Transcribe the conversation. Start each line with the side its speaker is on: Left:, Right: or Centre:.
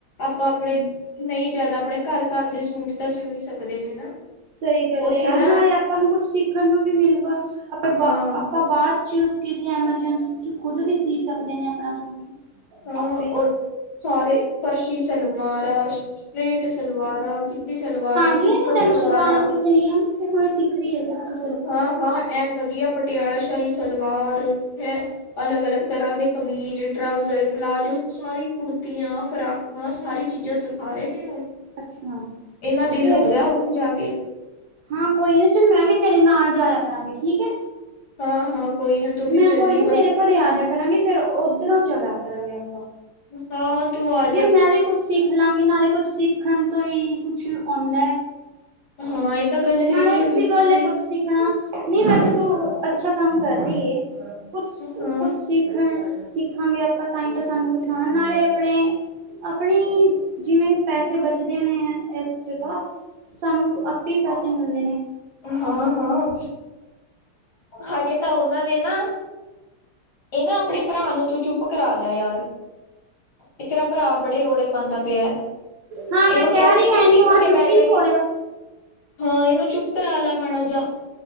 Left: ਆਪਾਂ ਆਪਣੇ,
Right: ਹੂੰ।
Left: ਨਈ ਜ਼ਾਦਾ ਆਪਣੇ ਘਰ-ਘਰ ਦੇ ਸੂਟ ਤਾਂ ਸਿਓ ਸਕਦੇ ਨੇ ਨਾ।
Right: ਸਈ ਗੱਲ
Left: ਉੱਥੇ
Right: ਐ ਯਾਰ
Left: ਨਾ
Right: ਨਾਲੇ ਆਪਾਂ ਨੂੰ ਕੁਛ ਸਿੱਖਣ ਨੂੰ ਵੀ ਮਿਲੁਗਾ ਆਪਾਂ ਬਾ
Left: ਹਾਂ
Right: ਆਪਾਂ ਬਾਚ ਕਿਸੇ ਐਮਰਜੈਂਸੀ ਚ ਖੁਦ ਵੀ ਸੀ ਸਕਦੇ ਨੇ ਆਪਣਾ ਸੂਟ।
Left: ਓ
Right: ਆਪੇ
Left: ਅ ਸਾਰੇ ਫਰਸ਼ੀ ਸਲਵਾਰਾਂ ਸਟ੍ਰੇਟ ਸਲਵਾਰਾ, ਸਿੱਧੀ ਸਲਵਾਰਾ,
Right: ਗਈ
Left: ਸਿੰਪਲ
Right: ਹੈ ਨਾ ਤੈਨੂੰ
Left: ਸਲਵਾਰਾ
Right: ਸਲਵਾਰਾਂ ਹੋਣੀ ਆ, ਤੇ ਹੁਣ ਸਿੱਖਦੀ ਏ ਸਭ ਤੋ।
Left: ਹਾਂ-ਹਾਂ ਐਨ ਵੱਧੀਆ ਪਟਿਆਲਾ ਸ਼ਾਹੀ ਸਲਵਾਰ ਹੈ, ਅਲੱਗ-ਅਲੱਗ ਤਰ੍ਹਾਂ ਦੇ ਕਮੀਜ਼, ਟਰਾਊਜ਼ਰ, ਪਲਾਜ਼ੋ, ਸਾਰੀ ਕੁੜਤੀਆਂ, ਫਰਾਕਾਂ, ਸਾਰੀ ਚੀਜ਼ਾਂ ਸਿਖਾ ਰਹੇ ਨੇ ਓ।
Right: ਅੱਛਾ
Left: ਏਨਾ ਦਿਲ
Right: ਫੇਰ
Left: ਲੱਗਦਾ ਓੱਥੇ ਜਾ ਕੇ।
Right: ਹਾਂ ਕੋਈ ਨਾ ਚੱਲ ਮੈਂ ਵੀ ਤੇਰੇ ਨਾਲ ਜਾਏਆ ਕਰਾਂਗੀ ਠੀਕ ਐ।
Left: ਹਾਂ-ਹਾਂ ਕੋਈ ਨਾ ਤੂੰ
Right: ਮੈਂ
Left: ਵੀ ਚੱਲੀ
Right: ਕੋਈ ਨਾ
Left: ਬਸ
Right: ਤੇਰੇ ਘਰੇ ਆ ਜਾਏਆ ਕਰਾਂਗੇ ਫੇਰ ਓਧਰੋਂ ਚਲਾ ਕਰਾਂਗੇ ਆਪਾਂ।
Left: ਮਸਾ ਤੁ ਆਈ
Right: ਯਾਰ ਮੈਂ ਵੀ ਕੁੱਛ ਸਿੱਖ ਲਾਂਗੀ ਨਾਲੇ ਕੁਛ ਸਿੱਖਣ ਤੋਂ ਈ ਕੁੱਛ ਓਂਦਾ।
Left: ਹਾਂ ਇਹ ਤਾਂ ਗੱਲ
Right: ਨਾਲੇ
Left: ਹੈ ਹੀ
Right: ਅੱਛੀ
Left: ਹੈ ਬਿਲਕੁਲ
Right: ਗਲ
Left: ਸਹੀ
Right: ਏ ਕੁਛ ਸਿੱਖਣਾ, ਨਈ ਵੈਸੇ ਤੂੰ ਅੱਛਾ ਕੰਮ ਕਰ ਰਈ ਏ ਕੁੱਛ-ਕੁੱਛ
Left: ਹਾਂ-ਹਾਂ,
Right: ਸਿੱਖਣ- ਸਿੱਖਾਂਗੇ ਆਪਾਂ ਤਾਂ ਈ ਤਾਂ ਸਾਨੂੰ ਕੁਛ ਓਨਾ ਨਾਲੇ ਆਪਣੇ ਆਪਣੇ ਜਿਵੇਂ ਪੈਸੇ ਬਚਦੇ ਨੇ ਐ ਏਸ ਚ ਤਾਂ, ਸਾਨੂੰ ਆਪੇ ਪੈਸੇ ਮਿਲਦੇ ਨੇ।
Left: ਹਾਂ-ਹਾਂ। ਹਜੇ ਤਾਂ ਓਨਾਂ ਨੇ ਨਾ ਏ ਨਾ ਆਪਣੇ ਭਰਾ ਨੂੰ ਤੂੰ ਚੁੱਪ ਕਰਾ ਲੈ ਯਾਰ ਏ ਤੇਰਾ ਭਰਾ ਬੜੇ ਰੌਲੇ ਪਾਂਦਾ ਪੇਆ,
Right: ਹਾਂ
Left: ਏਨੂੰ
Right: ਮੈਂ ਕਹਿ
Left: ਕੈਦੇ
Right: ਰਹੀ
Left: ਕਿ
Right: ਹਾਂ
Left: ਟਿੱਕ
Right: ਇਹਨੂੰ ਆ
Left: ਕੇ
Right: ਚੁੱਪ
Left: ਬੈਜਾ
Right: ਹੀ ਨਹੀਂ
Left: ਕੀ
Right: ਹੋ ਰਿਹਾ
Left: ਹਾਂ ਏਨੂੰ ਚੁੱਪ ਕਰਾਲਾ ਮਾੜਾ ਜੇਆ,